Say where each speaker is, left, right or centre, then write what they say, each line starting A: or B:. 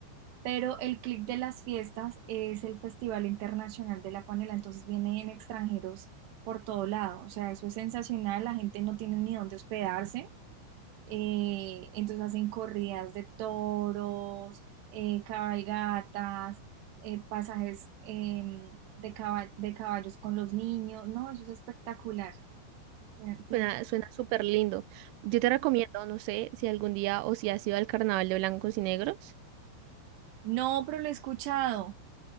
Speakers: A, on the right; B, on the right.
A: pero el clic de las fiestas es el Festival Internacional de la Panela, entonces vienen extranjeros por todo lado, o sea, eso es sensacional, la gente no tiene ni dónde hospedarse. Eh, entonces hacen corridas de toros, eh, cabalgatas, eh, pasajes em, de, caba- de caballos con los niños. No, eso es espectacular. Tiene- tiene-
B: Suena, suena súper lindo. Yo te recomiendo, no sé, si algún día o si has ido al Carnaval de Blancos y Negros.
A: No, pero lo he escuchado.